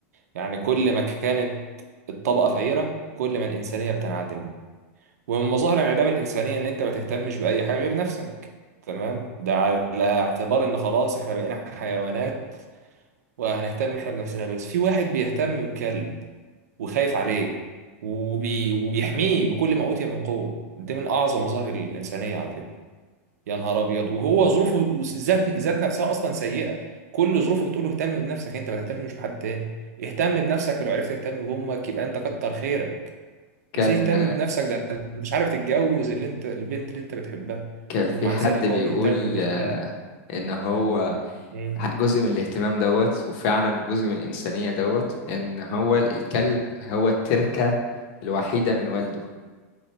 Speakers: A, on the right; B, on the left.
A: يعني كل ما كانت الطبقة فقيرة كل ما الإنسانية بتنعدم ومن مظاهر انعدام الإنسانية إن أنت ما تهتمش بأي حاجة غير نفسك تمام ده على اعتبار إن خلاص إحنا بقينا حيوانات وهنهتم إحنا بنفسنا بس في واحد بيهتم بكلب وخايف عليه وبي... وبيحميه بكل ما أوتي من قوة دي من أعظم مظاهر الإنسانية على فكرة يا نهار أبيض وهو ظروفه ذات ذات نفسها أصلا سيئة كل ظروفه بتقول له اهتم بنفسك أنت ما تهتمش بحد تاني اهتم بنفسك ولو عرفت تهتم بأمك يبقى أنت كتر خيرك
B: كان
A: يا سيدي اهتم بنفسك ده أنت مش عارف تتجوز اللي أنت البنت اللي أنت بتحبها
B: كان
A: ومع
B: في حد
A: ذلك
B: بيقول
A: هو بيهتم بالكلب
B: آه، إن هو
A: مم.
B: جزء من الاهتمام دوت وفعلا جزء من الإنسانية دوت إن هو الكلب هو التركة الوحيدة من والده